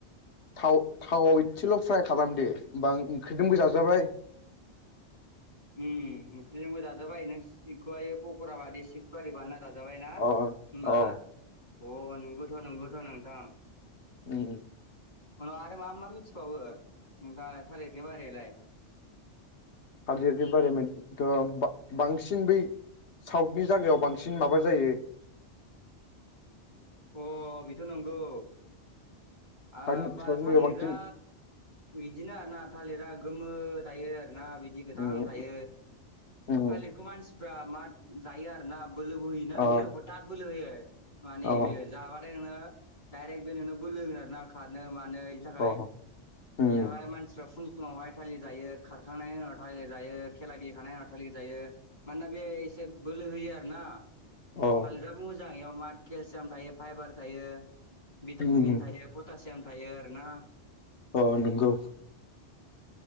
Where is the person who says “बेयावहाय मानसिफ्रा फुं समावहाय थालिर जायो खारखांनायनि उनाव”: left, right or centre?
Left